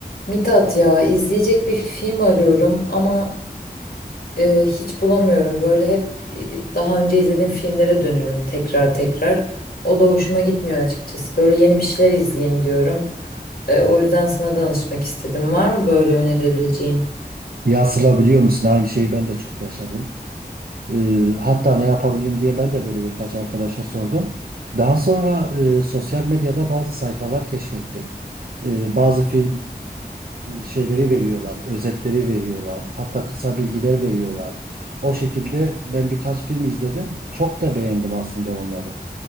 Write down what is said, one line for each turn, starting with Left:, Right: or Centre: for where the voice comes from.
Left: Mithat ya izleyecek bir film arıyorum ama e, hiç bulamıyorum. Böyle hep e, daha önce izlediğim filmlere dönüyorum tekrar tekrar. O da hoşuma gitmiyor açıkçası. Böyle yeni bir şeyler izleyeyim diyorum. E, o yüzden sana danışmak istedim. Var mı böyle önerebileceğin?
Right: Ya Sıla biliyor musun aynı şeyi ben de çok yaşadım. Ee, hatta ne yapabilirim diye ben de böyle birkaç arkadaşa sordum. Daha sonra e, sosyal medyada bazı sayfalar keşfettim. Ee, bazı film e, şeyleri veriyorlar, özetleri veriyorlar, hatta kısa bilgiler veriyorlar. O şekilde ben birkaç film izledim. Çok da beğendim aslında onları.